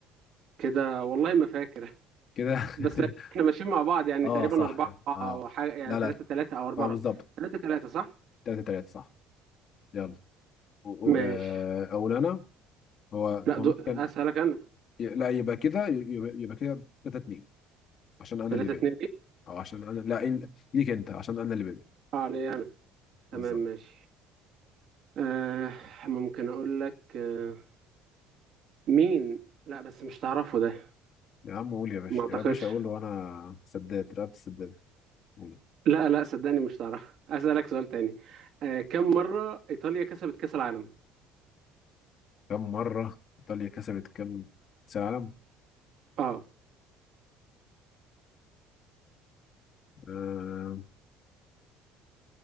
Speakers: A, on the right; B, on the left.
A: كده والله ما فاكر <laughs>
B: كده
A: بس
B: <laughs>
A: احنا ماشيين مع بعض يعني
B: اه
A: تقريبا
B: صح
A: 4
B: كده
A: او
B: اه
A: حاجه يعني
B: لا
A: 3
B: لا
A: 3 او 4
B: اه بالظبط
A: 3 3 صح
B: 3 3 صح يلا و-
A: ماشي
B: و- آه، اول انا هو هو
A: لا دو...
B: مين
A: اسالك
B: كان
A: انا
B: ي- لا يبقى كده ي- يبقى يبقى كده 3 2 عشان انا
A: 3
B: اللي بادئ
A: 2 ايه
B: او عشان انا لا إن- ليك انت عشان انا اللي بادئ
A: اه ليه انا تمام
B: بالظبط
A: ماشي آه ممكن اقول لك آه مين لا بس مش تعرفه ده
B: يا عم قول يا باشا
A: ما اعتقدش
B: يا باشا قول وانا سداد رقبة السداد قول
A: لا لا صدقني مش تعرفه اسالك سؤال تاني آه كم مره ايطاليا كسبت كاس العالم
B: كم مرة ايطاليا كسبت كم كأس العالم
A: اه
B: آه...